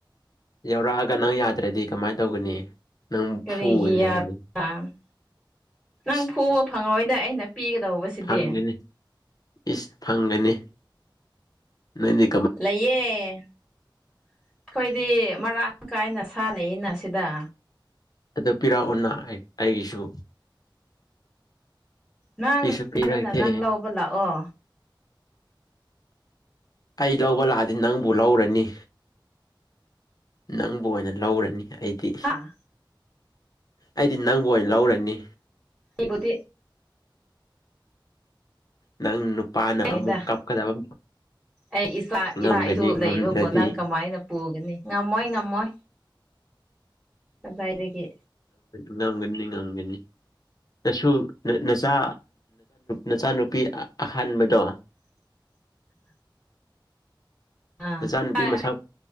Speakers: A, on the left; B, in the centre.
A: ꯌꯥꯧꯔꯛꯑꯒ ꯅꯪ ꯌꯥꯗ꯭ꯔꯗꯤ ꯀꯃꯥꯏꯅ ꯇꯧꯒꯅꯤ ꯅꯪ
B: ꯀꯔꯤꯒꯤ
A: ꯐꯨꯒꯅꯤ
B: <unintelligible>
A: ꯑꯩꯗꯤ
B: ꯅꯪ
A: ꯏꯁ
B: ꯐꯨꯕ ꯐꯪꯂꯉꯣꯏꯗ ꯑꯩꯅ ꯄꯤꯒꯗꯧꯕꯁꯤꯗꯤ
A: ꯐꯪꯒꯅꯤ ꯏꯁ ꯐꯪꯒꯅꯤ ꯅꯅꯤ
B: ꯂꯩꯌꯦ ꯑꯩꯈꯣꯏꯗꯤ ꯃꯔꯥꯡ ꯀꯥꯏꯅ ꯁꯥꯟꯅꯏꯅ ꯁꯤꯗ
A: ꯑꯗꯨ ꯄꯤꯔꯛꯑꯣꯅ ꯑꯩ ꯑꯩꯒꯤꯁꯨ
B: ꯅꯪꯅ
A: ꯄꯤꯁꯨ ꯄꯤꯔꯛꯇꯦ
B: ꯅꯪ ꯂꯧꯕ ꯂꯥꯛꯑꯣ
A: ꯑꯩ ꯂꯧꯕ ꯂꯥꯛꯑꯗꯤ ꯅꯪꯕꯨ ꯂꯧꯔꯅꯤ ꯅꯪꯕꯨ ꯑꯣꯏꯅ ꯂꯧꯔꯅꯤ ꯑꯩꯗꯤ
B: ꯍꯥꯥ
A: ꯑꯩꯗꯤ ꯅꯪꯕꯨ ꯑꯣꯏ ꯂꯧꯔꯅꯤ
B: ꯑꯩꯕꯨꯗꯤ
A: ꯅꯪ ꯅꯨꯄꯥꯅ
B: ꯍꯣꯏꯗ
A: ꯑꯃꯨꯛ ꯀꯞꯀꯗꯕ
B: ꯑꯩ ꯏꯆꯥ
A: ꯉꯝꯒꯅꯤ
B: ꯏꯆꯥ ꯏꯁꯨ ꯂꯩꯕꯕꯨ
A: ꯉꯝꯗ꯭ꯔꯗꯤ
B: ꯅꯪ ꯀꯃꯥꯏꯅ ꯄꯨꯒꯅꯤ ꯉꯝꯃꯣꯏ ꯉꯝꯃꯣꯏ ꯀꯗꯥꯏꯗꯒꯤ
A: ꯉꯝꯒꯅꯤ ꯉꯝꯒꯅꯤ ꯅꯁꯨ ꯅꯆꯥ ꯅꯆꯥꯅꯨꯄꯤ ꯑꯍꯥꯟꯕꯗꯣ
B: <unintelligible> ꯑꯥ
A: ꯏꯆꯥꯅꯨꯄꯤ ꯃꯁꯛ